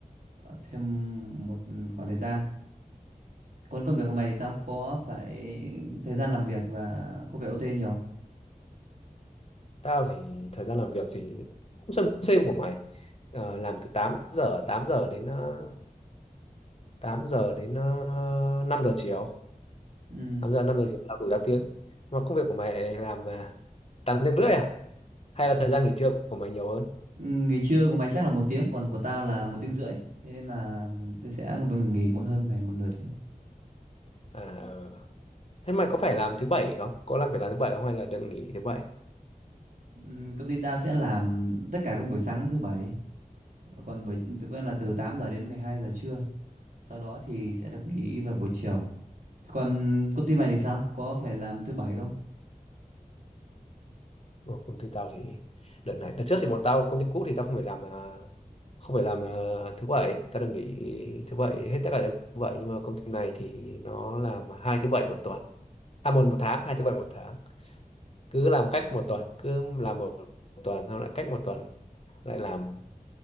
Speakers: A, on the right; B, on the left.
A: ờ, thêm một khoảng thời gian. Còn công việc của mày thì sao? Có phải thời gian làm việc và có phải OT nhiều? không?
B: Tao thì thời gian làm việc thì cũng xem xem của mày. Ờ, làm từ tám giờ, 8 giờ đến ờ, 8 giờ đến ờ, 5 giờ chiều.
A: Ừ.
B: 8 giờ 5 giờ chiều làm đủ 8 tiếng. Mà công việc của mày lại làm uh, 8 tiếng rưỡi à? Hay là thời gian nghỉ trưa của mày nhiều hơn?
A: Ừ, Nghỉ trưa của mày chắc là một tiếng, còn của tao là một tiếng rưỡi. Thế nên là ừm, tao sẽ nghỉ muộn hơn mày một nửa tiếng.
B: À, ờ. Thế mày có phải làm thứ bảy không? Có làm phải làm thứ bảy không hay là đừng nghỉ thứ bảy?
A: Ừm, Công ty tao sẽ làm tất cả các buổi sáng thứ bảy, còn buổi thực quen là từ
B: À,
A: 8 giờ đến 12 giờ trưa. Sau đó thì sẽ được nghỉ vào buổi chiều. Còn công ty mày thì sao? Có phải làm thứ bảy không?
B: ừ. Còn công ty tao thì đợt này đợt trước thì bọn tao công ty cũ thì tao không phải làm à, không phải làm à, thứ bảy tao được nghỉ thứ bảy hết tất cả thứ bảy nhưng mà công ty này thì nó làm hai thứ bảy một tuần à một một tháng hai thứ bảy một tháng cứ làm cách một tuần cứ làm một tuần xong lại cách một tuần lại làm